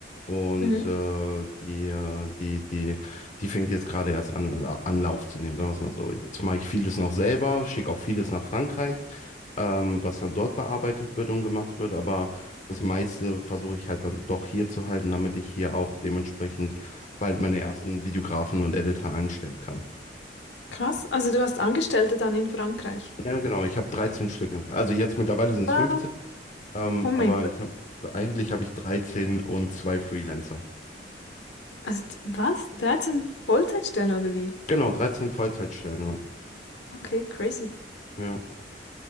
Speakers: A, on the left; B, on the left.
A: Und
B: Mhm.
A: äh, die, äh, die, die, die fängt jetzt gerade erst an, also an Lauf zu nehmen, sagen wir es mal so. Jetzt mache ich vieles noch selber, schicke auch vieles nach Frankreich, ähm, was dann dort bearbeitet wird und gemacht wird. Aber das meiste versuche ich halt dann doch hier zu halten, damit ich hier auch dementsprechend bald meine ersten Videografen und Editor einstellen kann.
B: Krass. Also du hast Angestellte dann in Frankreich.
A: Ja, genau, ich habe 13 Stück im Fall. Also jetzt mittlerweile sind es
B: Was?
A: 15, ähm,
B: Oh mein
A: aber
B: Gott.
A: ich habe eigentlich habe ich 13 und zwei Freelancer.
B: Also d- was? 13 Vollzeitstellen oder wie?
A: Genau, 13 Vollzeitstellen.
B: Okay, crazy.
A: Ja.